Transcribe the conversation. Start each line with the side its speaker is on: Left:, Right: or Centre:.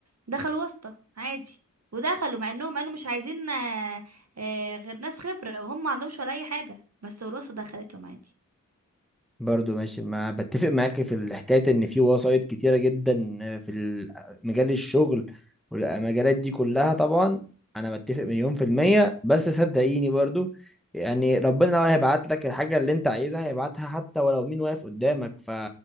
Right: دخلوا واسطة عادي ودخلوا مع انهم قالوا مش عايزين آه، آه، غير ناس خبرة وهم ما عندهمش ولا اي حاجة بس الواسطة دخلتهم عادي
Centre: برضو ماشي مع بتفق معاك في الحكاية ان في وسايط كتيرة جدا آه، في ال- مجال الشغل والمجالات دي كلها طبعا انا متفق مليون في المية بس صدقيني برضو يعني ربنا لو هيبعت لك الحاجة اللي انت عايزها هيبعتها حتى ولو مين واقف قدامك ف